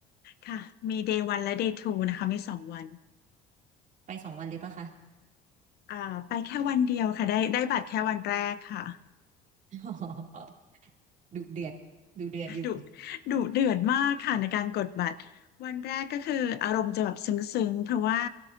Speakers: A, on the left; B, on the right.
A: ค่ะมี Day 1และ Day 2นะคะมีสองวัน
B: ไปสองวันเลยปะคะ
A: อ่าไปแค่วันเดียวค่ะได้ได้บัตรแค่วันแรกค่ะ
B: อ๋อ <laughs> ดูเดือดดูเดือดอยู่
A: ดุดุเดือดมากค่ะในการกดบัตรวันแรกก็คืออารมณ์จะแบบซึ้งๆเพราะว่า